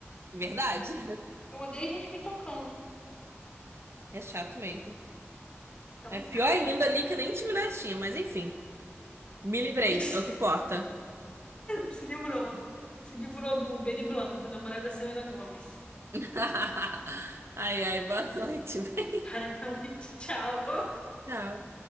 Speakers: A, on the right (about 65°); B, on the left (about 25°).
A: Verdade.
B: Eu odeio gente me tocando.
A: É chato mesmo.
B: Então
A: É pior
B: tá.
A: ainda ali que nem intimidade tinha, mas enfim. Me livrei,
B: <laughs>
A: é o que importa.
B: Se livrou. Se livrou do Benny Blanco, namorado da Selena Gomes.
A: <laughs> Ai, ai, boa noite. <laughs>
B: <laughs> Boa noite, tchau.
A: Tchau.